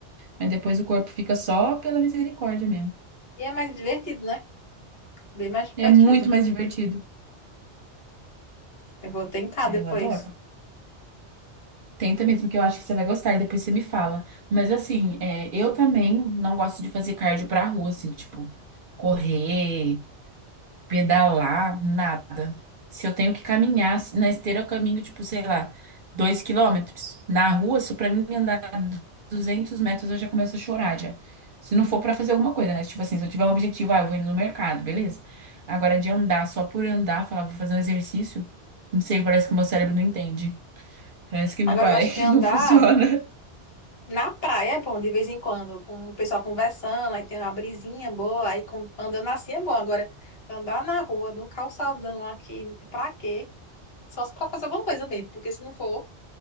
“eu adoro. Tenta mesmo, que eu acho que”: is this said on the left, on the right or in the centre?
Right